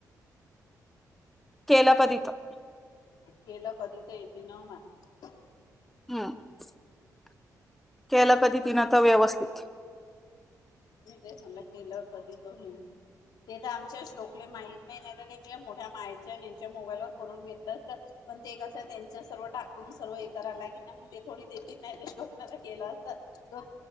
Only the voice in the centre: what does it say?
<inaudible> केला का टिने <inaudible>
हम् <inaudible> केलं कधी तिनं तर व्यवस्थित <inaudible>